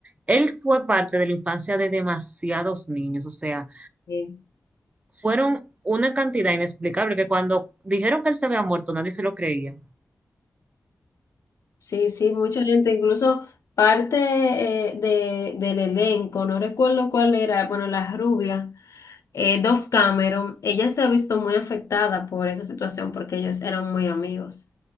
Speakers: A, on the right; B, on the left.
A: él fue parte de la infancia de demasiados niños, o sea,
B: Sí,
A: fueron una cantidad inexplicable que cuando dijeron que él se había muerto, nadie se lo creía.
B: sí, sí, mucha gente, incluso parte eh, de, del elenco, no recuerdo cuál era, bueno, la rubia, eh, Dove Cameron, ella se ha visto muy afectada por esa situación porque ellos eran muy amigos.